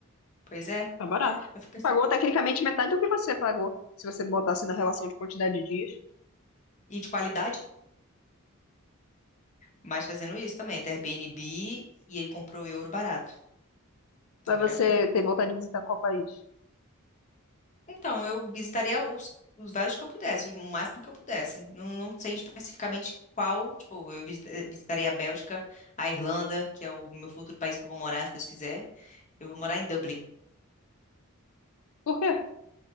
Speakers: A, on the left; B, on the left.
A: Pois é,
B: Tá barato.
A: eu fico pensando.
B: Pagou tecnicamente metade do que você pagou, se você botasse na relação de quantidade de dias.
A: E de qualidade, mas fazendo isso também, do Airbnb, e ele comprou euro barato. Então
B: Mas
A: valeu
B: você
A: a pena.
B: tem vontade de visitar qual país?
A: Então, eu visitaria os, os vários que eu pudesse, o máximo que eu pudesse. Não, não sei especificamente qual, tipo, eu visita- visitaria a Bélgica, a Irlanda, que é o meu futuro país que eu vou morar, se Deus quiser. Eu vou morar em Dublin.
B: Por quê?